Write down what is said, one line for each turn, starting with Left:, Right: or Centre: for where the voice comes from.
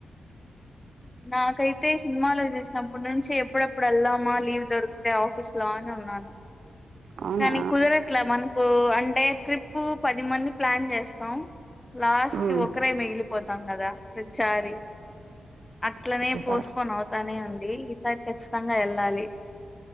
Left: నాకైతే సినిమాలో చూసినప్పుడు నుంచి ఎప్పుడెప్పుడు వెళ్లామా లీవ్ దొరికితే ఆఫీస్ లో అని ఉన్నాను
Right: అవునా
Left: కానీ కుదరట్ల మాన్ మకు అంటే ట్రిప్పు పది మంది ప్లాన్ చేస్తాం లాస్ట్
Right: ఉమ్
Left: కి ఒకరే మిగిలిపోతాం కదా ప్రతిసారి అట్లనే
Right: ప్రతిసారి
Left: పోస్ట్పోన్ అవుతానే ఉంది ఈసారి ఖచ్చితంగా వెళ్ళాలి